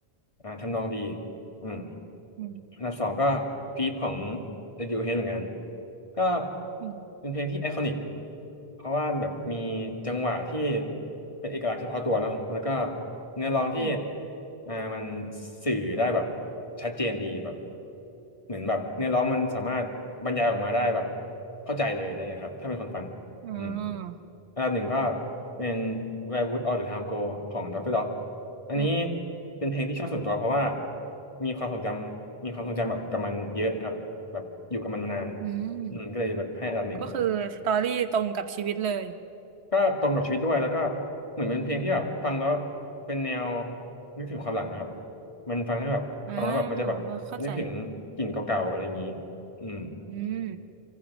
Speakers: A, on the left; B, on the right.
A: อ่าทำนองดีอืม
B: อืม
A: อันดับสองก็คลิปของ Radiohead เหมือนกันก็
B: อืม
A: เป็นเพลงที่ไอคอนิกเพราะว่าแบบมีจังหวะที่เป็นเอกลักษณ์เฉพาะตัวเนาะแล้วก็เนื้อร้องที่
B: อืม
A: อ่ามันสื่อได้แบบชัดเจนดีแบบเหมือนแบบเนื้อร้องมันสามารถบรรยายออกมาได้แบบเข้าใจเลยอะไรเงี้ยครับถ้าเป็นคนฟัง
B: อ๋อ
A: อืมอันดับหนึ่งก็เป็น Where Would All the Time Go ของ Dr. Dog อันนี้
B: อืม
A: เป็นเพลงที่ชอบส่วนตัวเพราะว่ามีความทรงจำมีความทรงจำแบบกับมันเยอะครับแบบอยู่กับมันมานาน
B: อืม
A: อืมก็เลยแบบให้อันดับหนึ่ง
B: ก็คือสตอรี่ตรงกับชีวิตเลย
A: ก็ตรงกับชีวิตด้วยแล้วก็เหมือนเป็นเพลงที่แบบฟังแล้วเป็นแนวนึกถึงความหลังนะครับมันฟังให้แบบฟังแล้วแบบมันจะแบบนึกถึงกลิ่นเก่าๆอะไรอย่างนี้
B: อ่าเข้าใจ
A: อืม
B: อืม